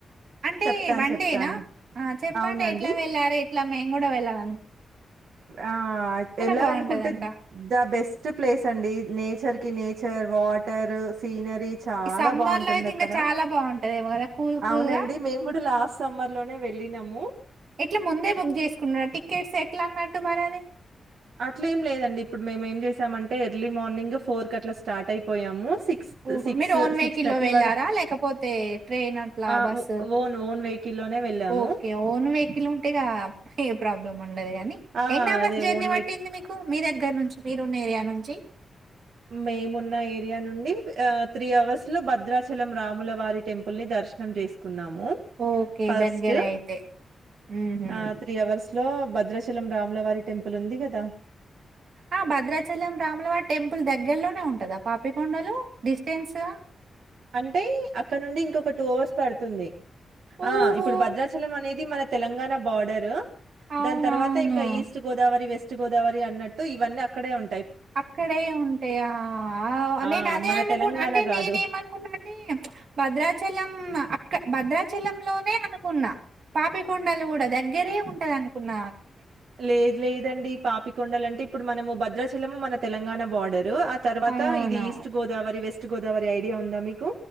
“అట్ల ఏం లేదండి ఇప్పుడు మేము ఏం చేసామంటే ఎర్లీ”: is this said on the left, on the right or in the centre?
Right